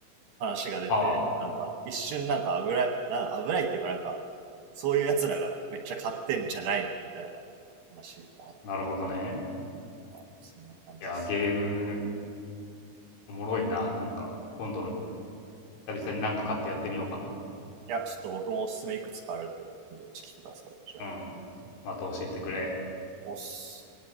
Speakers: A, on the right; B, on the left.
A: 話が出て、
B: ああ、
A: なんか一瞬なんか危ない、なんか危ないっていうかなんか、そういう奴らがめっちゃ買ってんじゃないのみたいな話もあった気が
B: なるほどね。
A: あ、そんな感じですね。
B: いや、ゲーム
A: では。
B: おもろいな。なんか今度久々になんか買ってやってみようかな。
A: いや、ちょっと僕もおすすめいくつかあるんで、どっち来てください。じゃあ、
B: うん。また教えてくれ。
A: おっす。